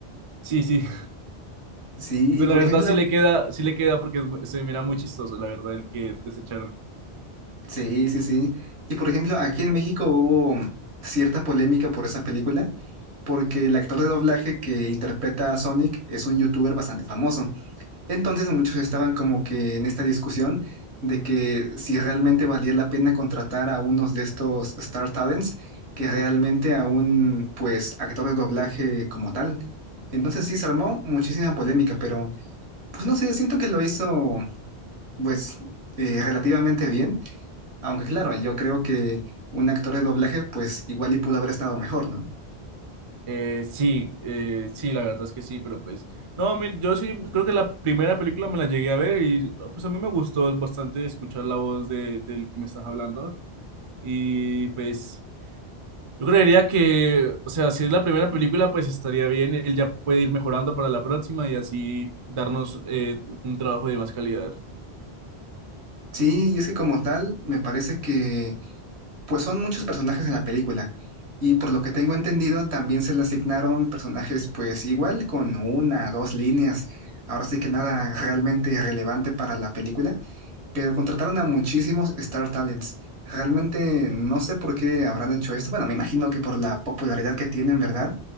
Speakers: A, on the right; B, on the right.
A: Sí, sí,
B: Sí,
A: Pues
B: y por
A: la verdad
B: ejemplo,
A: sí le queda, sí le queda porque es mu- se mira muy chistoso, la verdad, el que desecharon.
B: Sí, sí, sí. Y por ejemplo, aquí en México hubo cierta polémica por esa película, porque el actor de doblaje que interpreta a Sonic es un youtuber bastante famoso. Entonces muchos estaban como que en esta discusión de que si realmente valía la pena contratar a unos de estos Star Talents que realmente a un pues actor de doblaje como tal. Entonces sí, se armó muchísima polémica, pero pues no sé, siento que lo hizo pues eh, relativamente bien aunque claro, yo creo que un actor de doblaje, pues igual y pudo haber estado mejor, ¿no?
A: Eh, sí, eh, sí, la verdad es que sí, pero pues, no, a mí- yo sí creo que la primera película me la llegué a ver y no, pues a mí me gustó bastante escuchar la voz de, del que me estás hablando y pues yo creería que, o sea, si es la primera película, pues estaría bien, él ya puede ir mejorando para la próxima y así darnos eh, un trabajo de más calidad.
B: Sí, y es que como tal, me parece que, pues son muchos personajes en la película. Y por lo que tengo entendido, también se le asignaron personajes, pues igual con una, dos líneas. Ahora sí que nada realmente relevante para la película, pero contrataron a muchísimos Star Talents. Realmente no sé por qué habrán hecho esto. Bueno, me imagino que por la popularidad que tienen, ¿verdad?